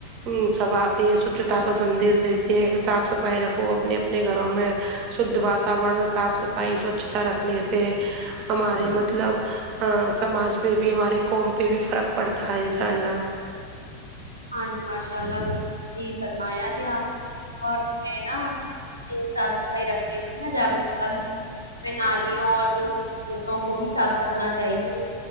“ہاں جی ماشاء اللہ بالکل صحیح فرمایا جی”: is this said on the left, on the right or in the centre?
Right